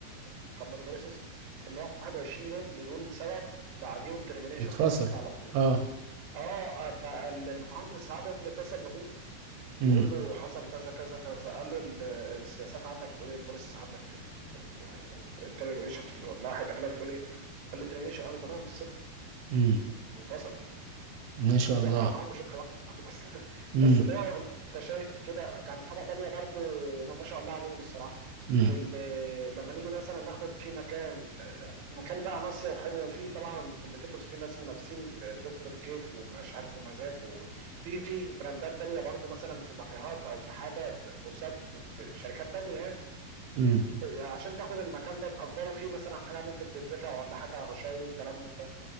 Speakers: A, on the right; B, on the right.
A: الكومباني بوليسز ان 21 يوم بدون سبب بعديهم ترمينيشن
B: يتفصل
A: فصل على طول
B: اه
A: اه آه، فالمهندس عادل اتصل بابوه
B: مم.
A: بيقول له حصل كذا كذا كذا قال له ال- السياسات عندك بتقول ايه البوليسز عندك في ال في الانتريجريشن في اللوائح الداخليه بتقول ايه قال له ترمينيشن قال له تمام افصله
B: مم.
A: وفصله
B: ما شاء الله
A: هو طبعا عمل له شكل لوحده بس <laughs>
B: مم.
A: بس اللي هو انت شايف كده كان حاجه تانية برضو ما ما شاء الله عليهم الصراحه
B: مم.
A: في ال- لما نيجي مثلا ناخد في مكان آه، مكان بقى ناصيه وحلو وفيه طبعا كومبيتيتورز فيه ناس منافسين آه، دكتور كيف ومش عارف ومزاج وفي في براندات تانية برضو مثلا في كافيهات او في حاجه قصاد في شركات تانية يعني
B: مم.
A: آه، عشان تاخد المكان ده تأجره فيه مثلا حاجه ممكن تدفع ولا حاجه رشاوي وكلام من ده